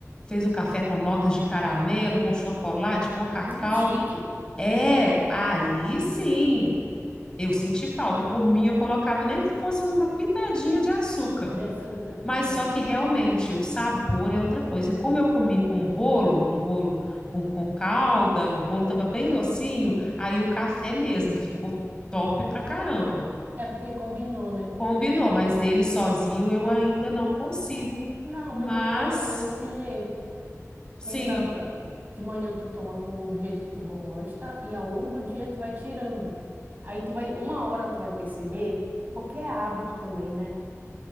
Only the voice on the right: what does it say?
Hum, chique.
De açúcar,
é.
É porque combinou, né?
Não,
mas aí tu pode fazer desse jeito.
Tenta,
tá, de manhã tu toma com do jeito que tu gosta e ao longo do dia tu vai tirando. Aí tu vai, uma hora tu vai perceber, porque é hábito também, né?